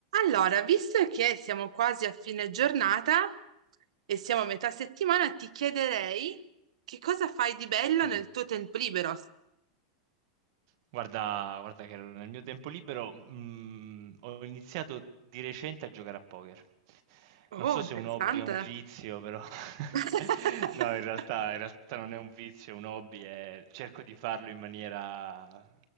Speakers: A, on the right; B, on the right.
A: Allora, visto che siamo quasi a fine giornata e siamo a metà settimana, ti chiederei che cosa fai di bello
B: Mh-mh.
A: nel tuo tempo libero?
B: Guarda, guarda che nel mio tempo libero, mh, ho iniziato di recente a giocare a poker.
A: Oh,
B: Non so
A: interessante.
B: se è un hobby è un vizio, però <laughs>
A: <laughs>
B: no, in realtà, in realtà non è un vizio, è un hobby, è- cerco di farlo in maniera,